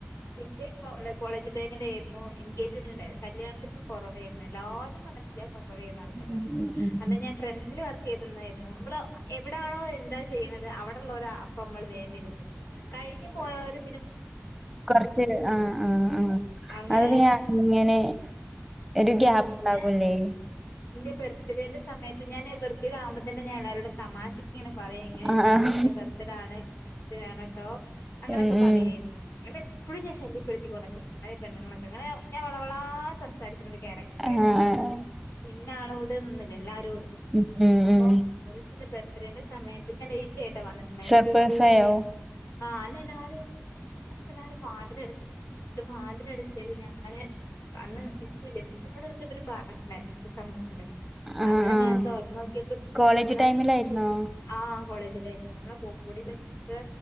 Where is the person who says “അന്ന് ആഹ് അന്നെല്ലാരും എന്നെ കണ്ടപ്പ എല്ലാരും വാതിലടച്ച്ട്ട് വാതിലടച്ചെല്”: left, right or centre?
Left